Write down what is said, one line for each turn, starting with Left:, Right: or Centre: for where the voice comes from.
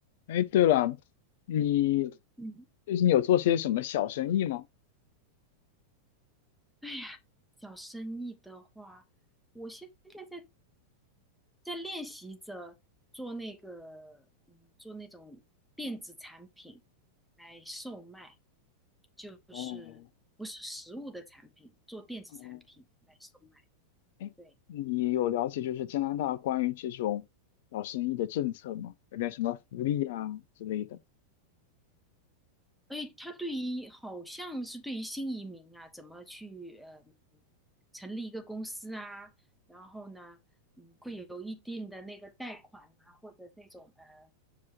Left: 哎，对了，你
Centre: 嗯，
Left: 最近有做些什么小生意吗？
Centre: 哎呀，小生意的话，我现在在在练习着做那个，嗯，做那种电子产品来售卖，就是不是实物的产品，
Left: 哦，
Centre: 做电子产品来售卖。
Left: 哦，哎，
Centre: 对，
Left: 你有了解就是加拿大关于这种小生意的政策吗？有点什么福利啊之类的？
Centre: 哎，他对于好像是对于新移民啊，怎么去呃成立一个公司啊，然后呢，嗯，会有一定的那个贷款啊，或者那种呃。